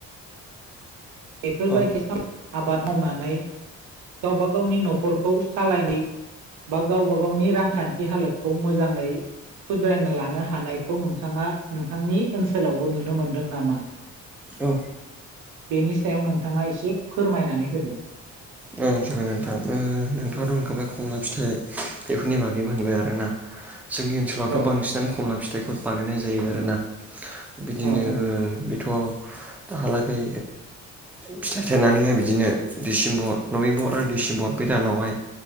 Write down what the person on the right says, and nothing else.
बेफोरबायदि
<unintelligible> आबाद मावनानै गावबा गावनि नखरखौ सालायनाय बा गावबा गावनि रांखान्थि हालोदखौ मोजाङै सुद्रायना लानो हानायखौ नोंथाङा नोंथांनि ओनसोलावबो नुनो मोनदों नामा?
बेनि सायाव नोंथाङा एसे फोरमायनानै होदो।
औ
औ
औ